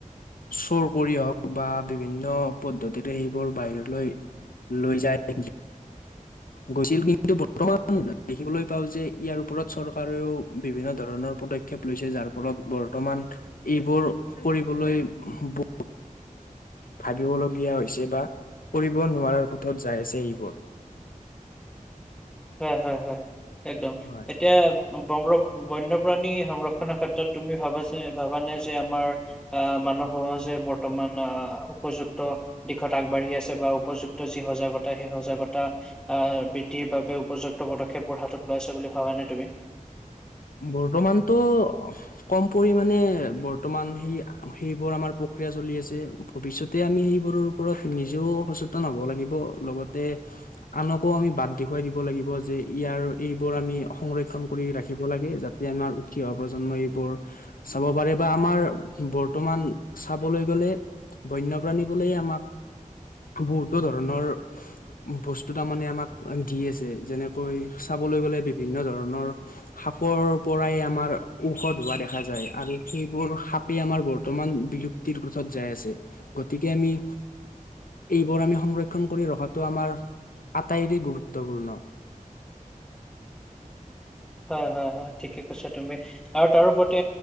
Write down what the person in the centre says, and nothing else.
হয়, হয়, হয়, একদম।
এতিয়া বংগ বন্যপ্ৰাণী সংৰক্ষনৰ ক্ষেত্ৰত তুমি ভাবা যে ভাবা নাই যে আমাৰ। মানৱ সমাজে বৰ্তমান অ' উপযুক্ত দিশত আগবাঢ়ি আছে বা উপযুক্ত যি সজাগতা সেই সজাগতা আহ বৃদ্ধিৰ বাবে। উপযুক্ত পদক্ষেপবোৰ হাতত লইছে বুলি ভাবানে তুমি।
হয়, হয় ঠিকে কৈছো তুমি, আৰু তাৰোপতি